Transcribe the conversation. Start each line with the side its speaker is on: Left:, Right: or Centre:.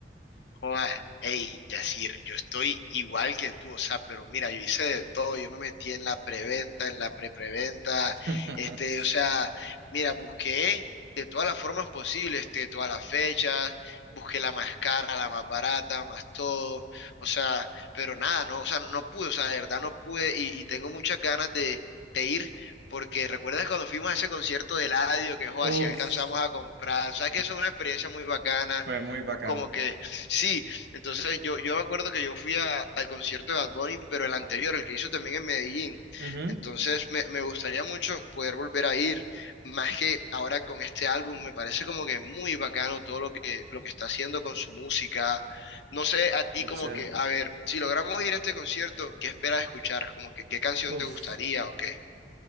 Left: Joda, hey, Yacir, yo estoy igual que tú, o sea, pero mira, yo hice de todo, yo me metí en la preventa, en la prepreventa,
Right: <laughs>
Left: este, o sea, mira, busqué de todas las formas posibles, este, de todas las fechas, busqué la más cara, la más barata, más todo, o sea, pero nada, no, o sea, no pude, o sea, de verdad no pude y, y tengo muchas ganas de, de ir. Porque recuerdas cuando fuimos a ese concierto de Eladio, que joda,
Right: Uf,
Left: si alcanzamos a comprar, o sea que eso es una experiencia muy bacana,
Right: fue muy bacano.
Left: como que Sí, entonces yo, yo me acuerdo que yo fui a- al concierto de Bad Bunny, pero el anterior, el que hizo también en Medellín.
Right: Ujú,
Left: Entonces me, me gustaría mucho poder volver a ir, más que ahora con este álbum, me parece como que muy bacano todo lo que, lo que está haciendo con su música. No sé, a ti
Right: es
Left: como
Right: chévere.
Left: que, a ver, si logramos ir a este concierto, ¿qué esperas escuchar? Como que, ¿qué canción
Right: Uf.
Left: te gustaría o qué?